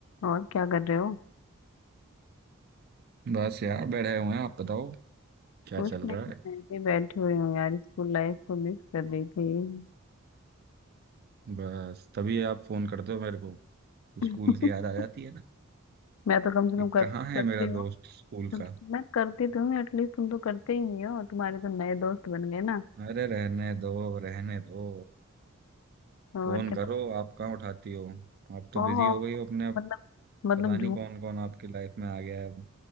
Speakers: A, on the left; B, on the right.
A: और क्या कर रहे हो
B: बस यार बैठे हुए हैं आप बताओ क्या
A: कुछ
B: चल
A: नहीं
B: रहा है
A: मैं भी बैठी हुई हूँ यार स्कूल लाइफ को मिस कर रही थी
B: बस तभी आप फोन करते हो मेरे को स्कूल
A: <laughs>
B: की याद आ जाती है ना
A: मैं तो कम से कम
B: ये
A: कर,
B: कहाँ है
A: करती
B: मेरा
A: हूँ
B: दोस्त स्कूल
A: मैं
B: का
A: करती तो हूँ एटलीस्ट तुम तो करते ही नहीं हो तुम्हारे तो नए दोस्त बन गए ना
B: अरे रहने दो रहने दो
A: और
B: फोन
A: क्या
B: करो
A: तो
B: आप कहाँ उठाती हो आप तो
A: ओहो
B: बिजी हो गई हो अपने अब
A: मतलब मतलब
B: पता नहीं
A: झूठ
B: कौन कौन आपकी लाइफ में आ गया है अब